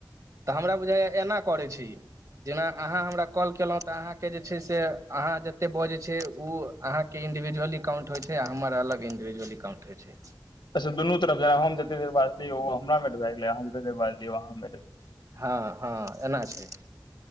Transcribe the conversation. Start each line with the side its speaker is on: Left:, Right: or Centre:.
Right: त हमरा बुझाइय एना करै छी जेना अहाँ हमरा कॉल केलहुँ तऽ अहाँकेँ जे छै से अहाँ जते बजैत छै ओ अहाँकेँ कि इन्डिविज अलकांट होइ छै आर अलग इन्डिविज अलकाउट होइ छै
Left: अच्छा दुनू तरफ जेना हम जते देर बाजलियै ओ हमरा मेट भए गेलै हाँ जते देर बाजलियै अहाँ मेट
Right: हँ एना छै